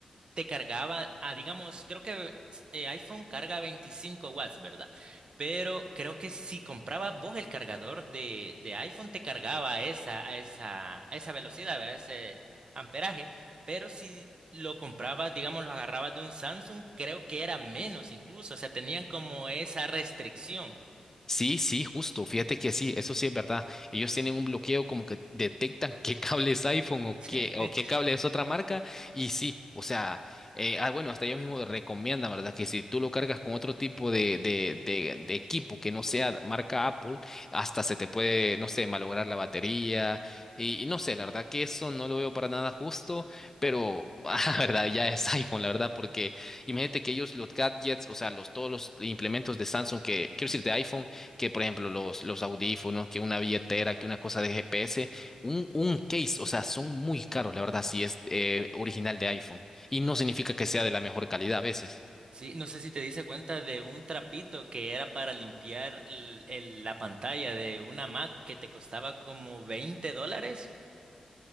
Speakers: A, on the right (about 45°); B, on the left (about 20°).
A: te cargaba, ah, digamos, creo que eh, iPhone carga 25 watts, ¿verdad? Pero creo que si comprabas vos el cargador de, de iPhone, te cargaba a esa, a esa, a esa velocidad, ¿verdad? Ese amperaje. Pero si lo comprabas, digamos, lo agarrabas de un Samsung, creo que era menos incluso. O sea, tenían como esa restricción.
B: Sí, sí, justo. Fíjate que sí, eso sí es verdad. Ellos tienen un bloqueo como que detectan <laughs> qué cable es iPhone o qué,
A: <laughs>
B: o qué cable es otra marca. Y sí, o sea, eh, ah, bueno, hasta ellos mismos recomiendan, ¿verdad? Que si tú lo cargas con otro tipo de, de, de, de equipo que no sea marca Apple, hasta se te puede, no sé, malograr la batería. Y, y no sé, la verdad que eso no lo veo para nada justo, pero, <laughs> ah, verdad, ya es iPhone, la verdad, porque imagínate que ellos los gadgets, o sea, los, todos los implementos de Samsung que, quiero decir, de iPhone, que por ejemplo los, los audífonos, que una billetera, que una cosa de GPS, un, un case, o sea, son muy caros, la verdad, si es eh, original de iPhone. Y no significa que sea de la mejor calidad a veces. <laughs>
A: Sí, no sé si te diste cuenta de un trapito que era para limpiar l- el- la pantalla de una Mac que te costaba como veinte dólares